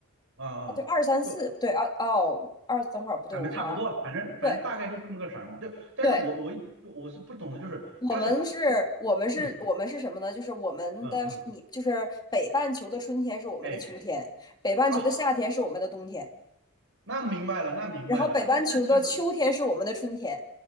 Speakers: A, on the right; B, on the left.
A: 嗯嗯。
B: 那就二三四对二哦二等会儿不对，
A: 就。俺们差不多，
B: 我看啊，
A: 反正反正大概就这么个色儿嘛。
B: 对
A: 就，但是我我一直就我是不懂的，
B: 对，
A: 就是它是，
B: 我们是，我们是，
A: 嗯
B: 我们是什么呢？就是我们的，
A: 嗯嗯，
B: 你就是北半球的春天是我们的秋天，
A: 哎
B: 北半球的夏天是我们的冬天，
A: 啊，那明白了，那明白了，
B: 然后北半球的秋天是我们的春天。
A: 那那其实